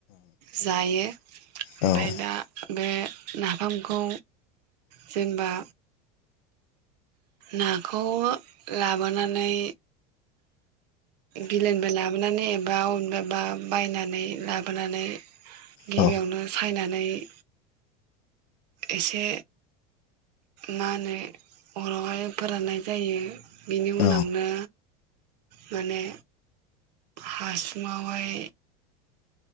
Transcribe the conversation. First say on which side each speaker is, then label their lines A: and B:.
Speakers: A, on the right; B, on the left.
A: जायो ओमफाय
B: औ औ
A: दा बे नाफामखौ जेनेबा नाखौ लाबोनानै बिलोनिफ्राय लाबोनानै एबा अबेनिफ्रायबा बायनानै लाबोनानै गिबियावनो
B: औ
A: सायनानै <unintelligible> एसे मा होनो अरावहाय फोराननाय जायो। बिनि
B: औ
A: उनावनो माने हासुंआव हाय